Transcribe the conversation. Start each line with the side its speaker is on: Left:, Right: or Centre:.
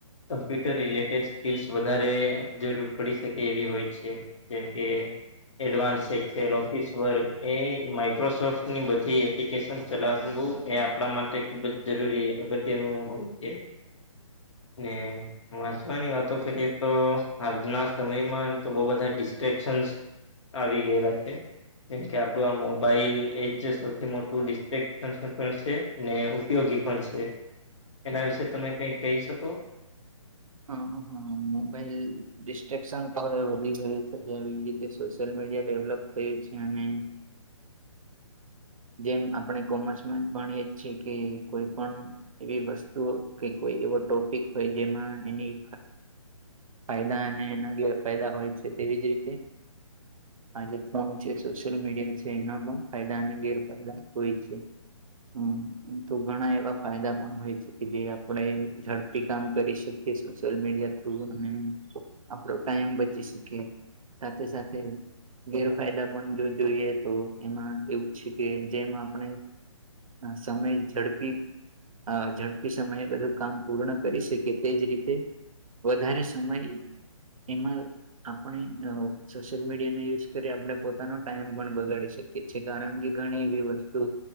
Left: કમ્પ્યુટર રિલેટેડ સ્કી વધારે જરૂર પડી શકે એવી હોય છે જેમ કે એડવાન્સ સેક્સ ઓફિસ વર્ક એ માઇક્રોસોફ્ટની બધી એપ્લિકેશન ચલાવવું એ આપણા માટે ખુબ જ જરૂરી અગત્ય જેનું હોય છે, ને વાંચવાની વાતો કરીએ તો આજના સમયમાં એમ તો બહ બધા ડિસ્ટ્રેક્શન્સ આવી ગયેલા છે, જેમ કે આપડું આ મોબ મોબાઈલ એજ સૌથી મોટું ડિસ્ક્ટ્રેક્સન પણ છે ને ઉપયોગી પણ છે. એના વિશે તમે કઈ કહી શકો?
Right: હ હા મોબાઈલ ડિસ્ટ્રેક્શન તો હવે વધી ગયું છે એવી રીતે સોશિયલ મીડિયા ડેવલપ છે અને જેમ આપણે કોમર્સમાં ભએ જ છે કે કોઈ પણ એવી વસ્તુઓ કે કોઈ એવો ટોપિક હોય જેમાં એની ફાયદા અને એના ગેરફાયદા હોય છે તેવી જ રીતે. આજે ફોન છે સોશિયલ મીડિયા છે એના ફાયદા અને ગેરફાયદા હોય છે. હમ તો ઘણા એવા ફાયદા પણ હોય છે કે જે આપણે ઝડપી કામ કરી શકીએ. સોશિયલ મીડિયા થ્રુ અને આપડો ટાઈમ બચી શકે. સાથે સાથે ગેરફાયદા પણ જો જોઈએ તો. એમાં એવું છે કે જેમાં આપણે સમય ઝડપી અ ઝડપી સમયે બધું કામ પૂર્ણ કરી શકે તેજ રીતે વધારે સમય એમાં આપણે સોશિયલ મીડિયાને યુઝ કરી આપણે પોતાનો ટાઈમ પણ બગાડી શકીએ કે છે ત અંગે ઘણી એવી વસ્તુ